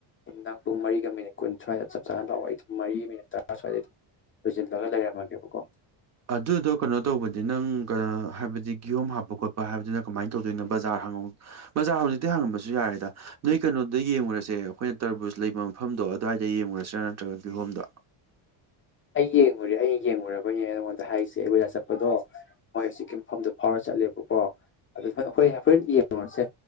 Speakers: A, on the left; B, on the right.
A: ꯊꯪ ꯄꯨꯡ ꯃꯔꯤꯒ ꯃꯤꯅꯤꯠ ꯀꯨꯟ ꯁ꯭ꯋꯥꯏꯗ ꯆꯞ ꯆꯥꯅ ꯇꯥꯛꯑꯣ ꯑꯩ ꯑꯗꯨꯝ ꯃꯔꯤ ꯃꯤꯅꯤꯠ ꯇꯔꯥ ꯁ꯭ꯋꯥꯏꯗꯩ ꯑꯗꯨꯝ ꯂꯣꯏꯁꯤꯜꯂꯒ ꯂꯩꯔꯝꯃꯒꯦꯕꯀꯣ
B: ꯑꯗꯨꯗꯣ ꯀꯩꯅꯣ ꯇꯧꯕꯗꯤ ꯅꯪ ꯍꯥꯏꯕꯗꯤ ꯀꯤꯍꯣꯝ ꯍꯥꯞꯄ ꯈꯣꯠꯄ ꯍꯥꯏꯕꯗꯨꯅ ꯀꯃꯥꯏꯅ ꯇꯧꯗꯣꯏꯅꯣ ꯕꯖꯥꯔ ꯕꯔ ꯍꯧꯖꯤꯛꯇꯤ ꯍꯉꯁꯨ ꯌꯥꯔꯦꯗ ꯅꯣꯏ ꯀꯩꯅꯣꯗ ꯌꯦꯡꯉꯨꯔꯁꯦ ꯑꯩꯈꯣꯏꯅ ꯇꯔꯕꯨꯖ ꯂꯩꯕ ꯃꯐꯝꯗ ꯑꯣ ꯑꯗꯨꯋꯥꯏꯗ ꯌꯦꯡꯉꯨꯁꯤꯔꯥ ꯅꯠꯇ꯭ꯔꯒ ꯑꯗꯨ ꯍꯣꯝꯗ
A: <unintelligible> ꯑꯩ ꯌꯦꯡꯉꯨꯔꯦ ꯑꯩ ꯌꯦꯡꯉꯨꯔꯕꯅꯦ ꯅꯉꯣꯟꯗ ꯍꯥꯏꯔꯤꯁꯦ ꯑꯩ ꯕꯖꯥ ꯆꯠꯄꯗꯣ ꯃꯣꯏ ꯍꯧꯖꯤꯛꯀꯤ ꯃꯐꯝꯗ ꯐꯥꯎꯔ ꯆꯠꯂꯦ ꯦ ꯀꯣ ꯑꯗꯨ ꯍꯈꯣꯏ ꯍꯣꯔꯦꯟ ꯌꯦꯡꯉꯨꯔꯁꯦ